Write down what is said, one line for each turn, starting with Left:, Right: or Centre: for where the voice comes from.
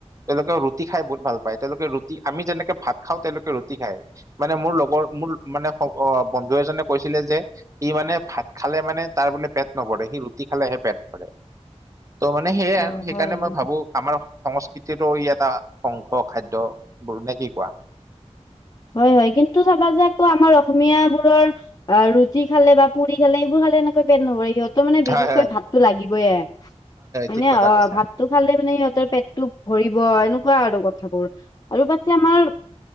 Right: তেওঁলোকে ৰু টি খাই বহুত ভাল পায়, তেওঁলোকে ৰুটি আমি যেনেকে ভাত খাওঁ তেওঁলোকে ৰুটি খায়। মানে মোৰ লগৰ মোৰ মানে বন্ধু এজনে কৈছিলে যে সি মানে ভাত খালে মানে তাৰ বোলে পেট নভৰে, সি ৰুটি খালেহে পেট ভৰে।
Left: <inaudible>
Right: ত' মানে সেয়াই,
Left: অ
Right: সেইকাৰণে
Left: হয় হয়
Right: মই ভাবো আমাৰ সংস্কৃতিতো ই এটা শংখ খাদ্যবোৰ নে কি কোৱা।
Left: হয়, হয় কিন্তু চাবা যে আকৌ আমাৰ অসমীয়া বোৰৰ অ' ৰুটি খালে বা পুৰি খালে এইবোৰ খালে পেট নভৰে। সিহঁত ত মানে বিশেষকৈ
Right: হয় হয়
Left: ভাতটো লাগিবইে হয়
Right: ঠিক
Left: ন,
Right: কথা
Left: অ'
Right: কৈছা
Left: ভাত টো খালে মানে সিহঁতৰ পেটটো ভৰিব এনেকুৱা আৰু কথাবোৰ। আৰু পাছে আমাৰ